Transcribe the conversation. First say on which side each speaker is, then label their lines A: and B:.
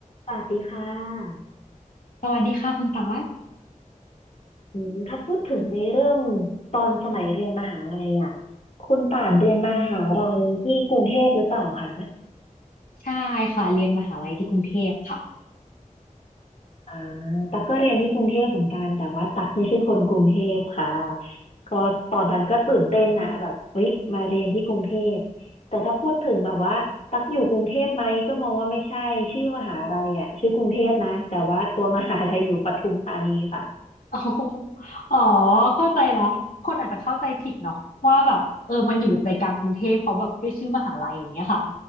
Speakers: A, on the left; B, on the left.
A: สวัสดีค่ะ
B: สวัสดีค่ะคุณตา
A: อืมถ้าพูดถึงในเรื่องตอนสมัยเรียนมหาลัยอ่ะคุณป่านเรียนมหาลัยที่กรุงเทพหรือเปล่าคะ
B: ใช่ค่ะเรียนมหาลัยที่กรุงเทพค่ะ
A: อ่าตักก็เรียนที่กรุงเทพเหมือนกันแต่ว่าตักไม่ใช่คนกรุงเทพค่ะก็ตอนนั้นก็ตื่นเต้นนะแบบเฮ้ยมาเรียนที่กรุงเทพแต่ถ้าพูดถึงแบบว่าตักอยู่กรุงเทพไหม ก็มองว่าไม่ใช่ ชื่อมหาลัยอ่ะชื่อกรุงเทพนะ แต่ว่าตัวมหาลัยอยู่ปทุมธานีค่ะ
B: <laughs> อ๋ออ๋อเข้าใจละคนอาจจะเข้าใจผิดเนาะว่าแบบเออมันอยู่ใจกลางกรุงเทพเพราะแบบด้วยชื่อมหาลัยอย่างเงี้ยค่ะ